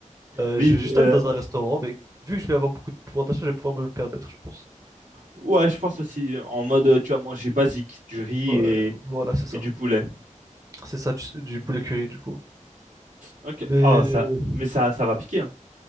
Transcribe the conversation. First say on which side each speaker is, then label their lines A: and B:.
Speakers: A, on the right (about 25°); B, on the right (about 75°).
A: Euh,
B: Mais
A: je vais juste
B: euh,
A: aller dans un restaurant, mais vu que je vais avoir beaucoup de pouvoir d'achat, je vais pouvoir me le permettre, je pense.
B: ouais, je pense aussi euh, en mode euh, tu vas manger basique, du riz
A: Ouais,
B: et,
A: voilà, c'est ça.
B: et du poulet.
A: C'est ça du, du poulet curry, du coup.
B: Ok.
A: Mais
B: Oh ça, mais ça ça va piquer hein.